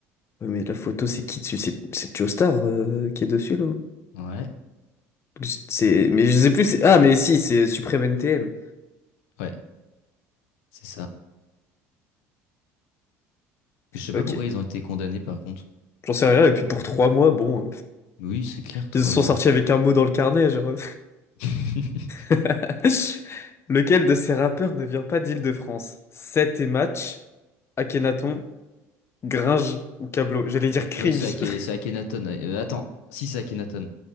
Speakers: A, on the left; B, on the left.
A: Ouais, mais la photo, c'est qui dessus? C'est c'est Joe Star euh, qui est dessus, là?
B: Ouais,
A: Je- C'est... Mais je sais plus, c'est... Ah, mais si, c'est Supreme NTM.
B: ouais, c'est ça. Je sais
A: Ok,
B: pas pourquoi ils ont été condamnés par contre.
A: j'en sais rien. Et puis pour trois mois, bon, euh,
B: Mais oui, c'est clair, trois
A: ils se sont
B: mois.
A: sortis avec un mot dans le carnet, genre...
B: <laughs>
A: <laughs> Lequel de ces rappeurs ne vient pas d'Île-de-France? Seth et Match, Akhenaton, Gringe ou Cablo? J'allais dire cringe.
B: Bah, c'est Ake-
A: <laughs>
B: c'est Akhenaton. Euh, attends, si c'est Akhenaton.